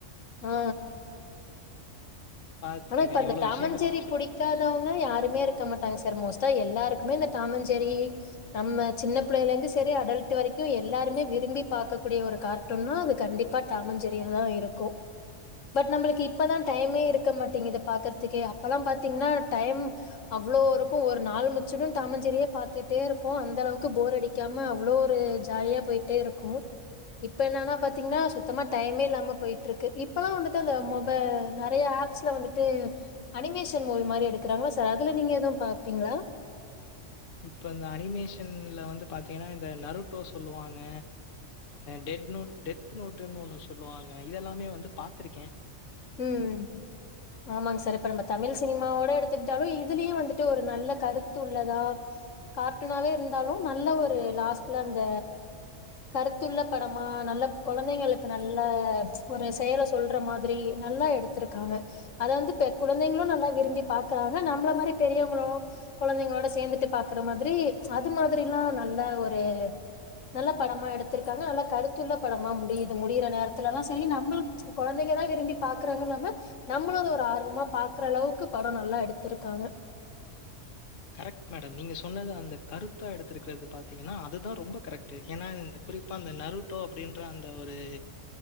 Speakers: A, on the left; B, on the left.
A: ஆ
B: பார்த்துக்கங்க
A: ஆனா இப்ப அந்த
B: எவ்வளோ
A: டாமஞ்செரி
B: விஷயங்கள் இருக்கு.
A: புடி க்காதவங்களே யாருமே இருக்க மாட்டாங்க சார் மோஸ்டா எல்லாருக்குமே இந்த டாமஞ்ஜெரி நம்ம சின்ன பிள்ளெகல இருந்து செரி அடல்ட் வரைக்கு எல்லாருமே விரும்பி பாக்ககூடிய ஒரு காட் டூன்னா அது கண்டிப்பா தாமஞ்ஜெரியா தான் இருக்கு பட் நம்மளுக்கு இப்பதா டைமே இரு இருக்க மாட்டேங்குது பாக்றதுக்கே அப்பெல்லா பாத்தீங்கன்னா டைம் அவ்ளோ இருக்கு ஒரு நாள் முச்சுடும் தாமஞ்ஜெரியே பாத்துட்டே இருப்போ அந்த அளவுக்கு போர் அடி டிக்காம அவ்ளோ ஒரு ஜாலியா போய்ட்டே இருக்கு இப்ப என்னன்னா பாத்தீங்கன்னா சுத்தமா டைமே இல்லாம போய்ட்டு இருக்கு இப்பெல்லா வந்துட்டு அந்த மொப நறையா ஆப் ச்ல வந்துட்டு அனிமேஷன் மூவி மாரி எடுக்குறாங்க சா அதுல நீங்க எதும் பாப்பீங்களா
B: இப்ப இந்த அனிமேஷன்ல வந்து பாத்தீங்கன்னா இந்த நருட்டோ சொல்லுவாங்க டெட் நோட் டெத் நோட்ன்னு ஒன்னு சொல்லுவாங்க இதெல்லாமே வந்து பாத்திருக்கே
A: ம் ஆமாங்க் சார் இப்ப நம்ம தமிழ் சினிமாவோட எடுத்துக்கிட்டாலு இதுலியு வந்துட்டு ஒரு நல்ல கருத்து உள்ளதா கார்ட்டுனாவே இருந்தாலு நல்ல ஒரு லாஸ்ட்ல அந்த கருத்துள்ள படமா நல்ல கொழந்தைங்களுக்கு நல்ல ஒரு செயல சொல்ற மாதிரி நல்லா எடுத்திருக்காங்க அத வந்து ட குழந்தைங்களு நல்லா விரும்பி பாக்கறாங்க நம்மள மாரி பெரியவங்களோ குழந்தைங்களோட சேந்துட்டு பாக்கற மாதிரி அது மாதிரில்லா நல்ல ஒரு நல்ல படமா எடுத்திர்க்காங்க நல்லா கருத்துள்ள படமா முடியுது முடியிற நேரத்துல எல்லா செரி நம்பளு கொழந்தெங்க தா விரும்பி பாக்குறாங்கனு இல்லாம நம்மளு அத ஒரு ஆர்வமா பாக்ற அளவுக்கு படொ நல்லா எடுத்திருக்காங்க
B: கரக்ட் மேடம் நீங்க சொன்னது அந்த கருத்த எடுத்திருக்றது பாத்தீங்கன்னா அதுதா ரொம்ப கரக்ட்டு எனா குறிப்பா அந்த நருட்டோ அப்டின்ற அந்த ஒரு